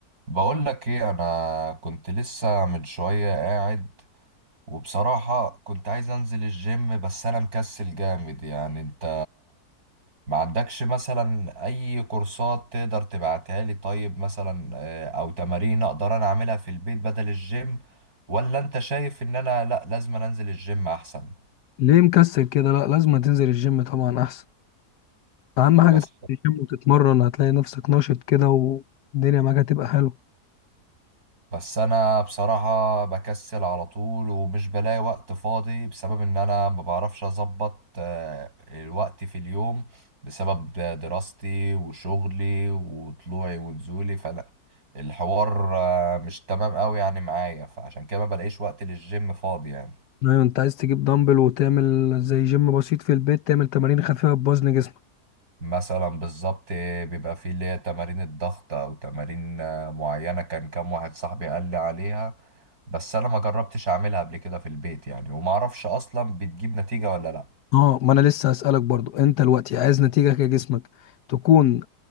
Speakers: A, on the right; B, on the left.
A: بقول لك ايه انا كنت لسه من شوية قاعد وبصراحة كنت عايز انزل الجيم بس انا مكسل جامد يعني انت ما عندكش مثلا اي كورسات تقدر تبعتها لي طيب مثلا آه، او تمارين اقدر انا اعملها في البيت بدل الجيم ولا انت شايف ان انا لا لازم انزل الجيم احسن
B: ليه مكسل كده لا لازم تنزل الجيم طبعا احسن اهم حاجه
A: بس
B: تنزل الجيم وتتمرن هتلاقي نفسك ناشط كده والدنيا معاك هتبقى حلوه
A: بس انا بصراحة بكسل على طول ومش بلاقي وقت فاضي بسبب ان انا ما بعرفش اظبط آه، الوقت في اليوم بسبب دراستي وشغلي وطلوعي ونزولي فانا الحوار آه، مش تمام قوي يعني معايا فعشان كده ما بلاقيش وقت للجيم فاضي يعني
B: ايوه انت عايز تجيب دمبل وتعمل زي جيم بسيط في البيت تعمل تمارين خفيفه بوزن جسمك
A: مثلا بالظبط بيبقى فيه اللي هي تمارين الضغط او تمارين آه، معينة كان كام واحد صاحبي قال لي عليها بس انا ما جربتش اعملها قبل كده في البيت يعني وما اعرفش اصلا بتجيب نتيجة ولا لا
B: اه ما انا لسه هسألك برضو انت دلوقتي عايز نتيجه كجسمك تكون